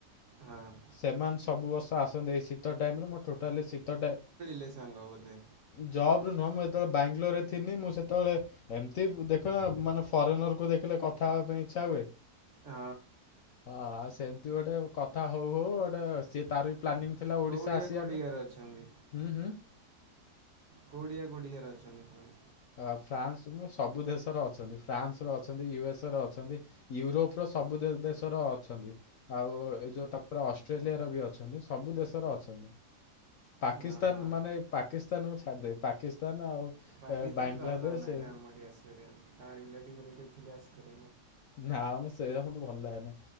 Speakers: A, on the right; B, on the left.
A: ହଁ <inaudible>
B: ସେମାନେ ସବୁ ବର୍ଷ ଆସନ୍ତି ଏଇ ଶୀତ ଟାଇମରେ ମୁଁ ଟୋଟାଲି ଶୀତ ଟେ
A: ଏ ସଙ୍ଗ ବଧେ।
B: ଜବ୍ ରେ ନୁହ ମୁଁ ଯେତେବେଳେ ବାଙ୍ଗଲୋରରେ ଥିଲି ମୁଁ ସେ ସେତେବେଳେ ଏମିତି ଦେଖ ମାନେ ଫରେନରକୁ ଦେଖିଲେ କଥା ହେବା ପାଇଁ ଇଚ୍ଛା ହୁଏ।
A: ହଁ
B: ହଁ ଆ ସେମିତି ଗୋଟେ କଥା ହଉ ହଉ ଗୋଟେ ସିଏ ତାର ବି ପ୍ଲାନିଂ ଥିଲା
A: କୋଉଡିଆ
B: ଓଡ଼ିଶା ଆସିବା
A: କୋଉଡିଆରେ
B: ପାଇଁ
A: ଅଛନ୍ତି
B: ହୁଁ ହୁଁ
A: କଉଠି କଉଁଠିକାର ଅଛନ୍ତି ପୁଣି
B: ଅ ଫ୍ରାନ୍ସ ସବୁ ଦେଶର ଅଛନ୍ତି ଫ୍ରାନ୍ସ ର ଅଛନ୍ତି ୟୁଏସ୍ ର ଅଛନ୍ତି। ୟୁରୋପ ର ସବୁ ଦେଶର ଅଛନ୍ତି। ଆଉ ଏ ଯୋଉ ତାପରେ ଅଷ୍ଟ୍ରେଲିଆର ବି ଅଛନ୍ତି ସବୁ ଦେଶର ଅଛନ୍ତି। ପାକିସ୍ତାନ୍
A: ହଁ ହଁ।
B: ମାନେ ପାକିସ୍ତାନ୍ କୁ ଛାଡ଼ିଦେଇ ପାକିସ୍ତାନ୍ ଆଉ
A: ପାକିସ୍ତାନ୍
B: ଏ, ବାଂଲାଦେଶ
A: ତ ଆଲାଓ ନାହିଁ
B: ଏ,
A: ନା ଆମଠି ଆସିପରିବେନି ରିଲେଟିଭ୍ ରିଲେଟିଭ୍ ଥିଲେ ଆସି
B: ନା ଆମେ ସେଆ ମତେ ଭଲ ଲାଗେନି।